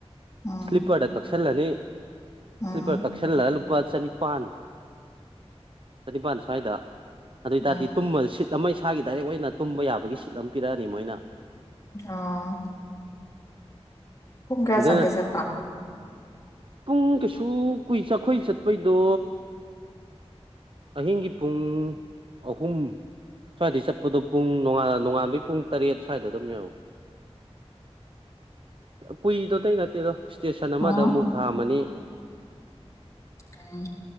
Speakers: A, on the left; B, on the right.
A: ꯎꯝ
B: ꯁꯂꯤꯄꯔꯗ ꯀꯛꯁꯤꯜꯂꯅꯤ
A: ꯎꯝ
B: ꯁꯂꯤꯄꯔ ꯀꯛꯁꯜꯂꯒ ꯂꯨ ꯂꯨꯄꯥ ꯆꯅꯤꯄꯥꯟ ꯆꯅꯤꯄꯥꯟ ꯁ꯭ꯋꯥꯏꯗ ꯑꯗꯨ ꯑꯣꯏꯇꯥꯔꯗꯤ
A: ꯎꯝ
B: ꯇꯨꯝꯃ ꯁꯤꯠ ꯇꯃꯩ ꯏꯁꯥꯒꯤ ꯗꯥꯏꯔꯦꯛ ꯑꯣꯏꯅ ꯇꯨꯝꯕ ꯌꯥꯕꯒꯤ ꯁꯤꯠ ꯑꯃ ꯄꯤꯔꯛꯑꯅꯤ ꯃꯣꯏꯅ
A: ꯑꯣ ꯄꯨꯡ ꯀꯌꯥ
B: ꯑꯗꯨꯅ
A: ꯆꯪꯒꯦ ꯆꯠꯄ
B: ꯄꯨꯡ ꯀꯩꯁꯨ ꯀꯨꯏ ꯆꯥꯛꯈꯣꯏ ꯆꯠꯄꯩꯗꯣ ꯑꯍꯤꯡꯒꯤ ꯄꯨꯡ ꯑꯍꯨꯝ ꯁ꯭ꯋꯥꯏꯗꯩ ꯆꯠꯄꯗꯣ ꯄꯨꯡ ꯅꯣꯡꯉꯥꯥꯟꯕꯩ ꯄꯨꯡ ꯇꯔꯦꯠ ꯁ꯭ꯋꯥꯏꯗ ꯑꯗꯨꯝ ꯌꯧꯢ ꯀꯨꯏꯗꯣ ꯑꯇꯩ ꯅꯠꯇꯦꯗꯣ ꯏꯁꯇꯦꯁꯟ ꯑꯃꯗ
A: ꯎꯝ
B: ꯑꯃꯨꯛ ꯈꯥꯝꯃꯅꯤ
A: ꯎꯝ